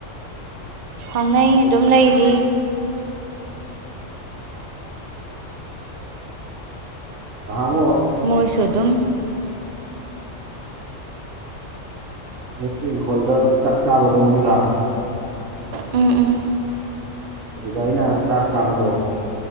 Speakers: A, on the right; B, on the right.
A: ꯐꯥꯎꯅꯩ ꯑꯗꯨꯝ ꯂꯩꯔꯤ
B: ꯅꯍꯥꯃꯨꯛ
A: ꯃꯣꯏꯁꯨ ꯑꯗꯨꯝ
B: ꯒꯤ ꯏꯪꯈꯣꯜꯗ ꯆꯥꯛ ꯆꯥꯕꯗꯣ ꯃꯣꯏꯒ
A: ꯎꯝ ꯎꯝ
B: ꯑꯗꯨꯗ ꯑꯩꯅ ꯆꯥꯛ ꯆꯥꯕꯗꯣ